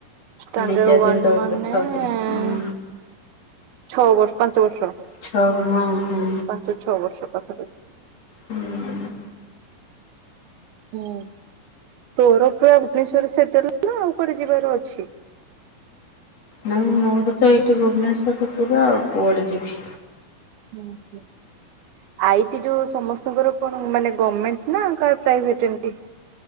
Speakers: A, on the right; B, on the left.
A: ଷ୍ଟାଣ୍ଡାର୍ଡ
B: ଦି ଚାରି ଦିନ
A: ୱାନ୍
B: ତଳେ
A: ମାନେ-ଏ-ଏଁ
B: କଥା ହଉଥିଲି ହୁଁ
A: ଛଅ ବର୍ଷ, ପାଞ୍ଚ ବର୍ଷ।
B: ଛ ହଁ ହଁ।
A: ପାଞ୍ଚ ଛଅ ବର୍ଷ ପାଖାପାଖି।
B: ହୁଁ।
A: ହୁଁ, ତୋର ପୁରା ଭୁବନେଶ୍ୱରରେ ସେଟେଲ୍ ନା ଆଉ କୁଆଡେ ଯିବାର ଅଛି?
B: ନାଇଁ ମୋର ତ ଏଇଠି ଭୁବନେଶ୍ଵର ପୁରା ଆଉ, କୁଆଡେ ଯିବି?
A: <inaudible> ଆଇଟି ଯୋଉ ସମସ୍ତଙ୍କର କଣ ମାନେ, ଗମେଣ୍ଟ ନା କାର ପ୍ରାଇଭେଟ୍ ଏମିତି।